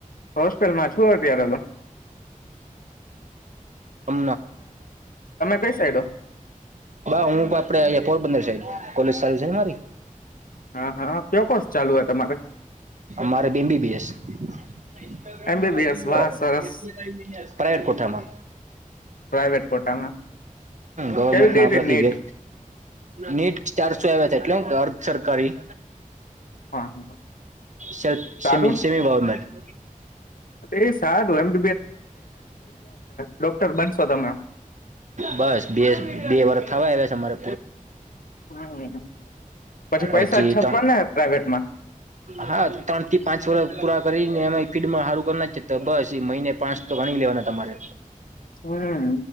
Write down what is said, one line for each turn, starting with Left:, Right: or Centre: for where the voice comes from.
Left: હોસ્ટેલમાં છો અપ હતો.
Right: હમ
Left: કઈ સાઈડો
Right: હું આપડે પોરબંદર સાઈડ કોલેજ સારી છે ને મારી
Left: હા હા કયો કોર્સ ચાલુ હે તમારે
Right: મારે બેમબીબીએસાયટ
Left: એમબીબીએસ વાહ સરસ
Right: કોઠામાં.
Left: પ્રાઇવેટ કોટામાં
Right: ગવર્મેન્ટમાંતિભે
Left: કેવી ગઈ તી નીટ
Right: નીટ ચારસો આવ્યા. ગર ચર કરી
Left: હા હા.
Right: સે
Left: સારું
Right: સેમી ગવર્મેન્ટ
Left: એ સાદું એમ. ડોક્ટર બનશો તમે
Right: બસ બે બે વર્ષ થવા આયવ છે અમારે
Left: હમ પછી પૈસા
Right: <unintelligible> હજી
Left: જ છપવાના
Right: ત
Left: હે પ્રાઇવેટમાં
Right: હા ત્રણથી પાંચ વરહ પુરા કરીને એમાં ફીડમાં સારું કરના છે તો બસ પછી મહિને પાંચ તો ગણી લેવાના તમારે.
Left: હમ